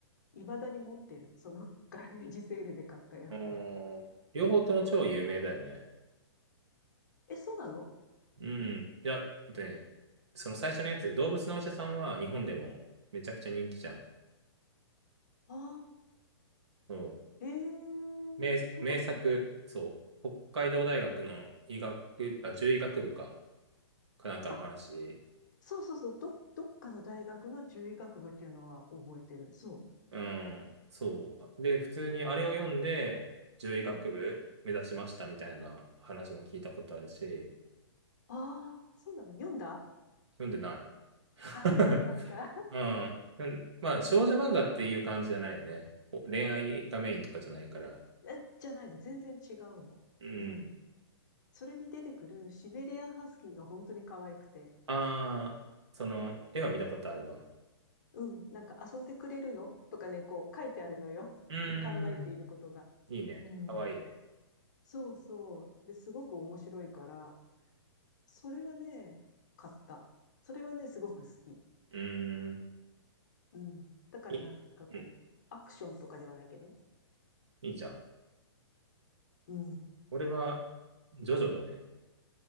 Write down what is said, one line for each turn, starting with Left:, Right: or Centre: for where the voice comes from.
Left: 未だに持ってる。その <laughs> ガレージセールで買ったやつ。
Right: うん。両方とも超有名だよね。
Left: え、そうなの
Right: うん。いや、えっとね、その最初のやつ、動物のお医者さんは日本でもめちゃくちゃ人気じゃん。
Left: ああ
Right: そう
Left: ー、え
Right: 名名作、
Left: えそうだったんだ。
Right: そう、北海道大学の医学、あ、獣医学部か、かなんかの話。
Left: あ、そうそうそう、ど、どっかの大学の獣医学部っていうのは覚えてる。そ
Right: うん、そう。で、普通にあれを読んで、獣医学部目指しましたみたいな話も聞いたことあるし、
Left: う。うん。ああ、そうなの読んだ
Right: 読んでない。<laughs>
Left: ああー、そうなんだ。
Right: うん。うんまあ、少女漫画っていう感じじゃないよね。こう恋愛がメインとかじゃないから。
Left: え、じゃないの。全然違うの。
Right: うん。
Left: うん。それに出てくるシベリアンハスキーが本当に可愛くて。
Right: ああ、その、絵は見たことあるわ。
Left: うん。なんか遊んでくれるのとかね、こう書いてあるのよ。
Right: うー
Left: <laughs> 考えていることが。
Right: ん。いいね。
Left: うん。
Right: かわいいね。
Left: そうそう。で、すごく面白いから、それはね、買った。それはね、すごく好き。
Right: うーん。
Left: うん。だからなんかこう、
Right: い、うん。
Left: アクションとかではないけどね。
Right: いいじゃん。
Left: うん。
Right: これは、ジョジョだね。